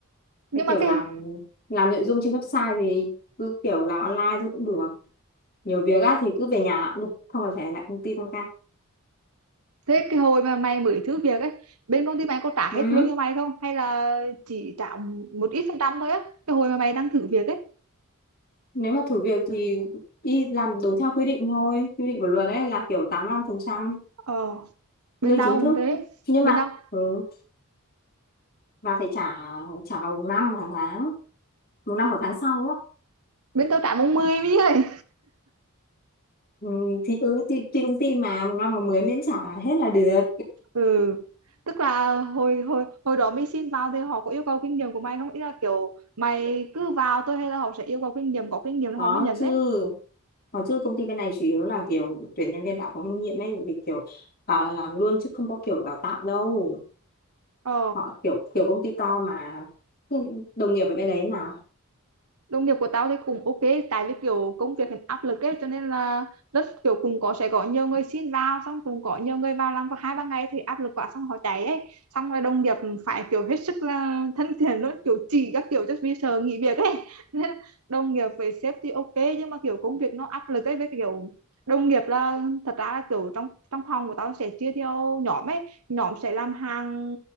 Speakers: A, on the right (about 90°); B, on the left (about 45°).
A: nhưng
B: cái kiểu
A: mà cái
B: làm làm nội dung trên website thì cứ kiểu làm online thôi cũng được nhiều việc á thì cứ về nhà làm cũng được không cần phải lại công ty tăng ca
A: thế cái hồi mà mày mới thử việc ấy bên công ty mày có trả hết
B: Ừ.
A: lương cho mày không hay là chỉ trả một ít phần trăm thôi á cái hồi mà mày đang thử việc ấy
B: Nếu mà thử việc thì đi làm đúng theo quy định thôi. Quy định của luật đấy là kiểu 85%
A: ờ bên
B: lương
A: tao
B: chính thức.
A: cũng thế
B: Nhưng
A: bên
B: mà
A: tao
B: ừ, và phải trả trả vào một năm hàng tháng, một năm của tháng sau á.
A: bên tao trả 40 mấy ơi
B: Ừ, thì ừ, thì tùy công ty mà một năm mà mới miễn trả hết là được.
A: ừ tức là hồi hồi hồi đó mày xin vào thì họ có yêu cầu kinh nghiệm của mày không ý là kiểu mày cứ vào thôi hay là họ sẽ yêu cầu kinh nghiệm có kinh nghiệm thì
B: Có
A: họ mới nhận
B: chứ.
A: đấy
B: Có chứ công ty bên này chủ yếu là kiểu tuyển nhân viên đã có kinh nghiệm ấy vì kiểu bảo là làm luôn chứ không có kiểu đào tạo đâu.
A: ờ
B: Họ kiểu kiểu công ty to mà đồng nghiệp ở bên đấy là
A: đồng nghiệp của tao thì cũng ok tại vì kiểu công việc hiện áp lực ấy cho nên là rất kiểu cùng có sẽ có nhiều người xin vào xong cùng có nhiều người vào làm có hai ba ngày thì áp lực quá xong họ chạy ấy xong rồi đồng nghiệp phải kiểu hết sức là thân thiện luôn kiểu chỉ các kiểu cho vì sợ nghỉ việc ấy <laughs> nên là đồng nghiệp với sếp thì ok nhưng mà kiểu công việc nó áp lực ấy với kiểu đồng nghiệp là thật ra là kiểu trong trong phòng của tao sẽ chia theo nhóm ấy nhóm sẽ làm hàng